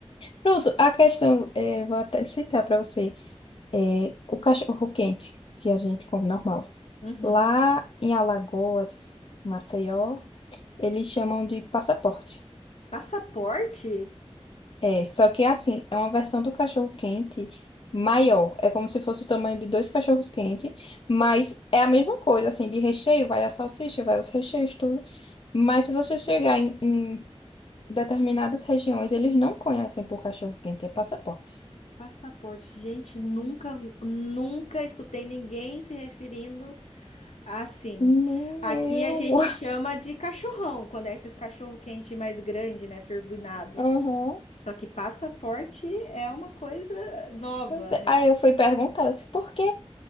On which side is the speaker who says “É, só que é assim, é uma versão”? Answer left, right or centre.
Left